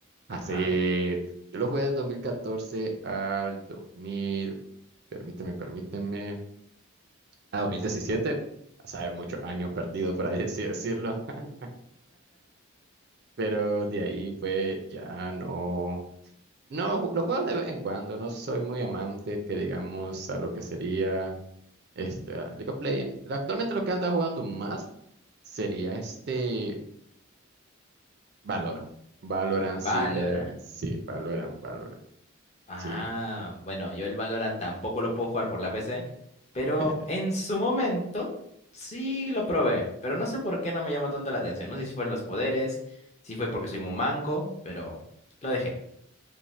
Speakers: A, on the right; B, on the left.
A: Hace,
B: Ajá.
A: yo lo jugué de 2014 al 2000, permíteme, permíteme. a 2017, a saber, muchos años perdidos, por ahí así decirlo, <laughs> pero de ahí pues ya no, no, ju- los juego de vez en cuando, no soy muy amante que digamos a lo que sería este a League of Legends. Actualmente lo que anda jugando más sería este Valorant. Valorant, sí,
B: Valorant.
A: le, sí, Valorant, Valorant,
B: Ah,
A: sí.
B: bueno, yo el Valorant tampoco lo puedo jugar por la PC, pero
A: <laughs>
B: en su momento sí lo probé, pero no sé por qué no me llamó tanto la atención. No sé si fueron los poderes, si fue porque soy muy manco, pero lo dejé.